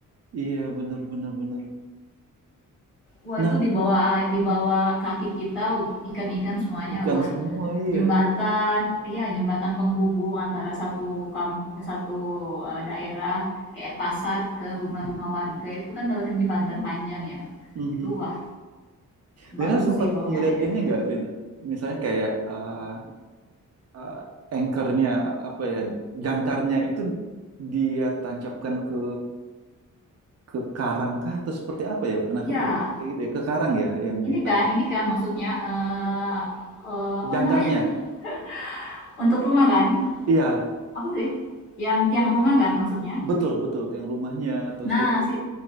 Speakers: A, on the right (about 50°); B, on the left (about 35°).
A: Iya bener bener bener.
B: wah
A: Nah
B: itu di bawah di bawah kaki kita ikan-ikan semuanya
A: ikan
B: wah
A: semua iya.
B: jembatan iya jembatan penghubung antara satu kamp satu eh, daerah kayak pasar ke rumah-rumah warga itu kan dapatin jembatan panjang ya
A: Mhm.
B: itu wah bagus
A: Lina sempat
B: sih bawahnya
A: ngeliat
B: ada ikan-ikan
A: ini nggak Lina? Misalnya kayak eh eh, anchornya apa ya jangkarnya itu dia tancapkan ke ke karang kah atau seperti apa ya? Pernah
B: ya
A: kepikiran kayak gitu ya? Ke karang ya yang
B: ini
A: di Tancap.
B: kan ini kan maksudnya eh eh, apa
A: Jangkarnya.
B: namanya <laughs> untuk
A: Eh,
B: rumah kan
A: Iya,
B: apa sih yang tiang rumah kan maksudnya
A: betul betul yang rumahnya atau
B: Nah,
A: segala-
B: si